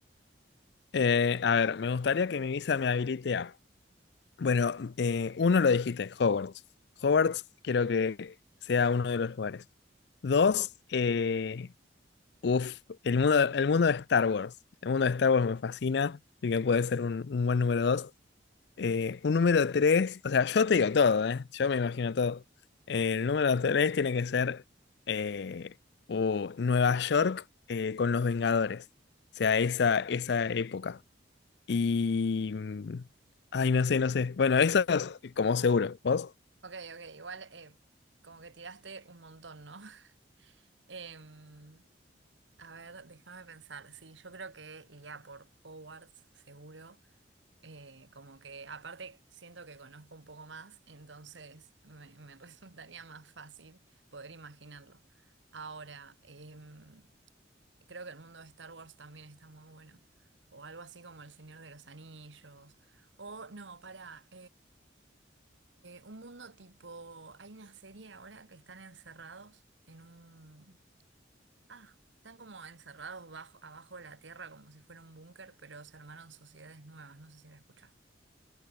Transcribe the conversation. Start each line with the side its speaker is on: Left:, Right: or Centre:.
Left: Eh, a ver, me gustaría que mi visa me habilite a Bueno, eh, uno lo dijiste, Hogwarts. Hogwarts quiero que sea uno de los lugares. Dos, eh, uf, el mundo, el mundo de Star Wars. El mundo de Star Wars me fascina, así que puede ser un, un buen número dos. Eh, un número tres, o sea, yo te digo todo, ¿eh? Yo me imagino todo. Eh, el número tres tiene que ser eh, o Nueva York eh, con los Vengadores. O sea, esa, esa época. Y... mm, Ay, no sé, no sé. Bueno, eso como seguro. ¿Vos?
Right: Ok, ok, igual eh, como que tiraste un montón, ¿no? <laughs> Em, a ver, déjame pensar. Sí, yo creo que iría por Hogwarts, seguro. Eh, como que aparte siento que conozco un poco más, entonces me, me <laughs> resultaría más fácil poder imaginarlo. Ahora, em, Creo que el mundo de Star Wars también está muy bueno. O algo así como El Señor de los Anillos. O no, para un mundo tipo. Hay una serie ahora que están encerrados en un. Ah, están como encerrados bajo, abajo de la tierra como si fuera un búnker, pero se armaron sociedades nuevas. No sé si la escuchaste.